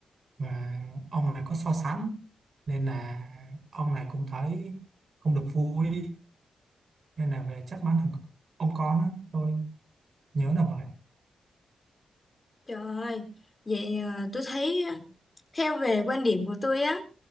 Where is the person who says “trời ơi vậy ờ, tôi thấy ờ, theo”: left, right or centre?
Left